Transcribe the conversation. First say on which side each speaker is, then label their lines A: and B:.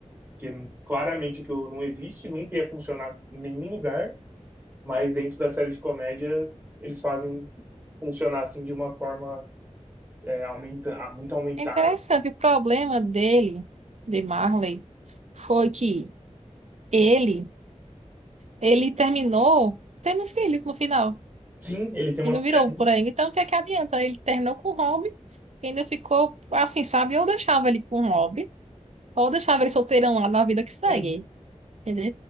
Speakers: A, on the right (about 15°); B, on the right (about 65°).
A: porque claramente aquilo não existe, nunca ia funcionar em nenhum lugar, mas dentro da série de comédia eles fazem funcionar assim de uma forma é, aumenta, ah, muito aumentada.
B: É interessante, o problema dele, de Marley, foi que ele, ele terminou tendo filhos no final.
A: Sim, ele tem
B: E
A: uma
B: não
A: filha.
B: virou por aí. Então, o que é que adianta? Ele terminou com o Rob, e ainda ficou assim, sabe? Ou deixava ele com o Rob, ou deixava ele solteirão lá na vida que segue.
A: Uhum.
B: Entendeu?